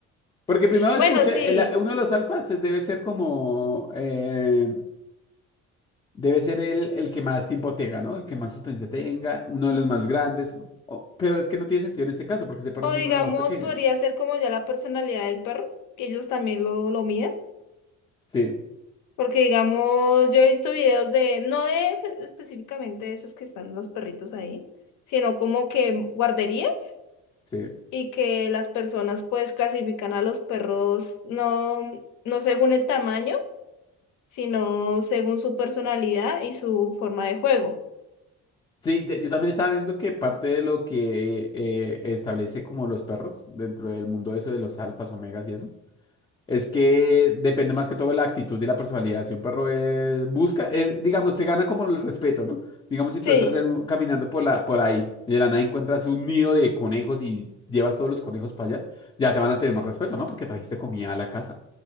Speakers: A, on the left; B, on the left.
A: Porque
B: <laughs>
A: primero
B: Bueno,
A: escuché,
B: sí.
A: el- a- uno de los alfas debe ser como, eh, debe ser el, el que más tiempo tenga, ¿no? El que más experiencia tenga, uno de los más grandes. o- pero es que no tiene sentido en este caso porque ese perro
B: O
A: es uno
B: digamos,
A: de los más pequeños.
B: podría ser como ya la personalidad del perro, que ellos también lo, lo miden.
A: Sí,
B: Porque digamos, yo he visto videos de, no de fe- específicamente de esos que están los perritos ahí, sino como que guarderías
A: sí.
B: y que las personas pues clasifican a los perros no, no según el tamaño, sino según su personalidad y su forma de juego.
A: Sí, te- yo también estaba viendo que parte de lo que eh, establece como los perros dentro del mundo eso de los alfas, omegas y eso, es que depende más que todo de la actitud y la personalidad. Si un perro eh, busca, es, digamos, se gana como el respeto, ¿no? Digamos, si tú
B: Sí,
A: estás en un- caminando por la, por ahí y de la nada encuentras un nido de conejos y llevas todos los conejos para allá, ya te van a tener más respeto, ¿no? Porque trajiste comida a la casa.